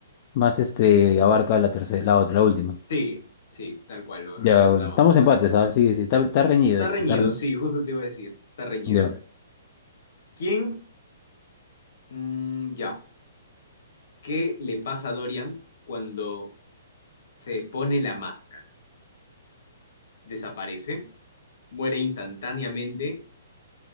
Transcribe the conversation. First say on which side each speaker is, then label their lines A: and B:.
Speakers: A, on the left; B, on the left.
A: más este abarca la tercera, la otra, la última.
B: Sí, sí, tal cual, lo
A: Ya,
B: representa
A: bueno.
B: más.
A: Estamos empates, ¿ah? Sí, sí, está, está reñido
B: Está
A: esto,
B: reñido,
A: está reñido.
B: sí, justo te iba a decir. Está reñido.
A: Ya.
B: ¿Quién? Mm, ya. ¿Qué le pasa a Dorian cuando se pone la máscara? ¿Desaparece? ¿Muere instantáneamente?